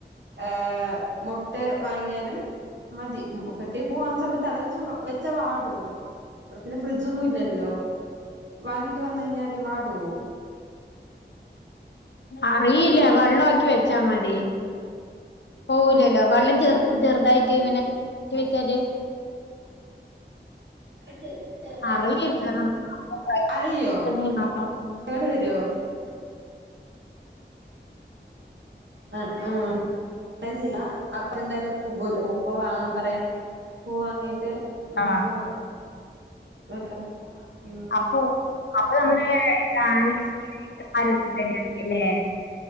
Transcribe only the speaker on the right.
ഏഹ് മുട്ട് വാങ്ങിയാലും മതി കെട്ടിയ പൂവ് വാങ്ങിയ സമയത്ത് തലേ ദിവസം വെച്ചാ വാടുവോ ഇവിടെ പിന്നെ ഫ്രിഡ്ജൊന്നും ഇല്ലല്ലോ വാങ്ങിയിട്ട് വന്ന് കഴിഞ്ഞാല് വാടുവോ
ആക്കി
വെച്ചാ മതി ആഹ്
അലയൊ
കേട് വരോ ആ ആഹ് ചെയ്യ അപ്പ എന്തായാലും പുകോല്ലോ പോവുമ്പോ വാങ്ങാം പറയ പൂ വാങ്ങീട്ട് നമുക്ക്
വെക്കാം ഉം